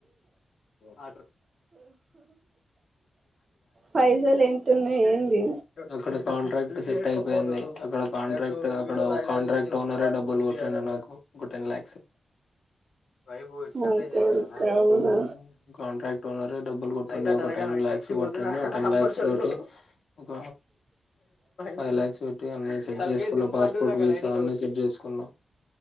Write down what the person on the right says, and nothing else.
పైసలు ఎంతున్నాయి ఏంది
నీ కొడుకు అవునా